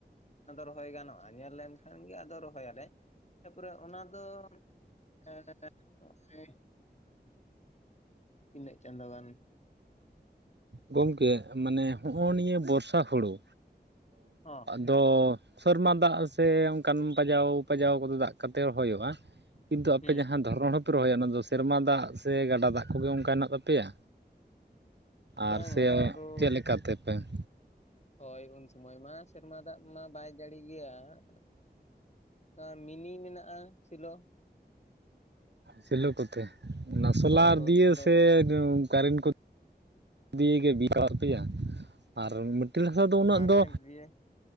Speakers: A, on the left; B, on the right.
A: ᱚᱱᱟᱫᱚ ᱨᱚᱦᱚᱭ ᱜᱟᱱᱚᱜᱼᱟ ᱧᱮᱞ ᱞᱮᱱᱠᱷᱟᱱ ᱜᱮ ᱟᱫᱚ ᱨᱚᱦᱚᱭ ᱟᱞᱮ ᱛᱟᱨᱯᱚᱨᱮ ᱚᱱᱟ ᱫᱚ <unintelligible> <inaudible> ᱤᱱᱟᱹᱜ ᱪᱟᱸᱫᱳ ᱜᱟᱱ,
B: ᱜᱚᱝᱠᱮ ᱢᱟᱱᱮ ᱦᱚᱸᱜᱼᱚ ᱱᱤᱭᱟᱹ ᱵᱚᱨᱥᱟ ᱦᱩᱲᱩ
A: ᱦᱚᱸ
B: ᱫᱚ ᱥᱮᱨᱢᱟ ᱫᱟᱜ ᱥᱮ ᱚᱱᱠᱟᱱ ᱯᱟᱡᱟᱣ, ᱯᱟᱡᱟᱣ ᱠᱚᱫᱚ ᱫᱟᱜ ᱠᱟᱛᱮ ᱨᱚᱦᱚᱭᱚᱜᱼᱟ᱾ ᱠᱤᱱᱛᱩ ᱟᱯᱮ
A: ᱦᱩᱸ
B: ᱡᱟᱦᱟᱸ ᱫᱷᱚᱨᱚᱱ ᱦᱳᱲᱳ ᱯᱮ ᱨᱚᱦᱚᱭᱟ ᱚᱱᱟ ᱫᱚ ᱥᱮᱨᱢᱟ ᱫᱟᱜ ᱥᱮ ᱜᱟᱰᱟ ᱫᱟᱜ ᱠᱚᱜᱮ ᱚᱱᱠᱟ ᱦᱮᱱᱟᱜ ᱛᱟᱯᱮᱭᱟ ᱟᱨ
A: ᱵᱟᱝᱟ
B: ᱥᱮ
A: ᱚᱱᱟ ᱫᱚ
B: ᱪᱮᱫ ᱞᱮᱠᱟ ᱛᱮᱯᱮ-
A: ᱦᱳᱭ ᱩᱱ ᱥᱚᱢᱚᱭ ᱢᱟ ᱥᱮᱨᱢᱟ ᱫᱟᱜ ᱢᱟ ᱵᱟᱭ ᱡᱟᱹᱲᱤ ᱜᱮᱭᱟ᱾ᱦᱮᱸ ᱟ ᱢᱤᱱᱤ ᱢᱮᱱᱟᱜᱼᱟ ᱥᱮᱞᱳ,
B: ᱥᱮᱞᱳ ᱠᱚᱛᱮ, ᱚᱱᱟ ᱥᱚᱞᱟᱨ
A: ᱦᱳᱭ ᱦᱳᱭ
B: ᱫᱤᱭᱮ
A: ᱥᱮᱞᱚ
B: ᱥᱮ
A: ᱫᱟᱜ
B: ᱠᱟᱨᱮᱱᱴ ᱠᱚ ᱫᱤᱭᱮ ᱜᱮ <inaudible> ᱯᱮᱭᱟ ᱟᱨ ᱢᱟᱹᱴᱤᱭᱟ. ᱲ ᱦᱟᱥᱟ ᱫᱚ ᱩᱱᱟᱹᱜ
A: ᱠᱟᱨᱮᱱᱴ
B: ᱫᱚ
A: ᱫᱤᱭᱮ